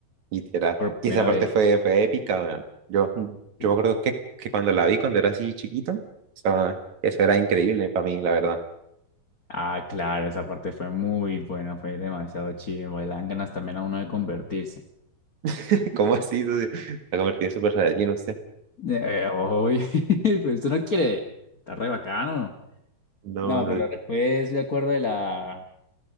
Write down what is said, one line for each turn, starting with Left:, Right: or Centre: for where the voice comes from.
Right: literal.
Left: por
Right: Y
Left: primera
Right: esa parte
Left: vez.
Right: fue, fue épica, weón. Yo,
Left: Sí.
Right: yo me acuerdo que, que cuando la vi cuando era así chiquito, estaba- eso era increíble para mí, la verdad.
Left: Ah, claro, esa parte fue muy buena, fue demasiado chido. Le dan ganas también a uno de convertirse.
Right: <laughs> ¿Cómo así? socio? La convertí en Super Saiyajin, usted.
Left: Eh, oy, <laughs> pero esto no quiere, está re bacano.
Right: No,
Left: No,
Right: no
Left: pero
Right: sé.
Left: después me acuerdo de la,